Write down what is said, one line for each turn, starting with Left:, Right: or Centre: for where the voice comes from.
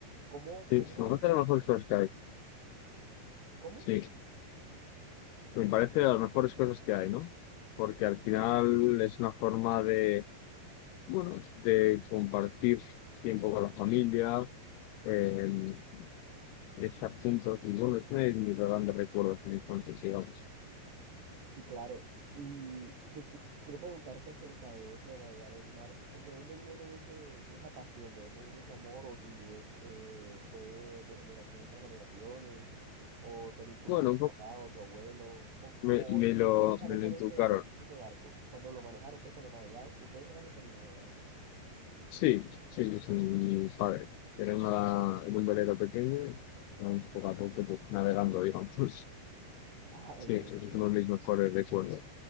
Right: ¿Cómo,
Left: me
Right: cómo
Left: parece
Right: es? el-
Left: de las mejores
Right: ¿Cómo?
Left: cosas que hay.
Right: cómo?
Left: Sí, me parece de las mejores cosas que hay, ¿no? Porque al final es una forma de, bueno, de compartir tiempo con la familia, eh, estar juntos, y bueno, es una de mis grandes recuerdos de mi infancia, digamos.
Right: Sí, claro. Y yo qui- quiero preguntarte acerca de eso, de navegar el mar. ¿Por- ¿De dónde viene ese, esa pasión? ¿De dónde viene ese amor? ¿O si es, eh, fue de generaciones tras generaciones? ¿O te lo inculcó
Left: Bueno,
Right: tu
Left: un poco
Right: papá o tu abuelo? O,
Left: me,
Right: o-
Left: me
Right: ¿y
Left: lo,
Right: ustedes manejan
Left: me lo inculcaron.
Right: ese, ese barco? Cuando lo manejaron, pues cuando navegaban, ustedes eran los que lo navegaban.
Left: Sí, sí, yo soy mi padre. Era una, en un velero pequeño y vamos poco a poco pues, navegando, digamos. <laughs>
Right: <laughs> Ah,
Left: Sí,
Right: bien,
Left: es
Right: bien.
Left: uno de mis mejores recuerdos.